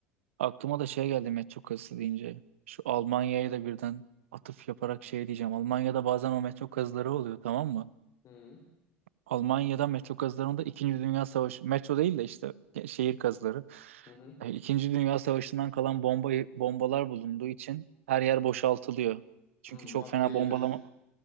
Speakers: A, on the right; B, on the left.
A: Aklıma da şey geldi metro kazısı deyince. Şu Almanya'ya da birden atıf yaparak şey diyeceğim. Almanya'da bazen o metro kazıları oluyor tamam mı?
B: Hı hı.
A: Almanya'da metro kazılarında İkinci Dünya Savaşı, metro değil de işte şehir kazıları.
B: hı.
A: E, İkinci Dünya Savaşı'ndan kalan bomba bombalar bulunduğu için her yer boşaltılıyor. Çünkü
B: Hı,
A: çok
B: patlayabilir.
A: fena bombalama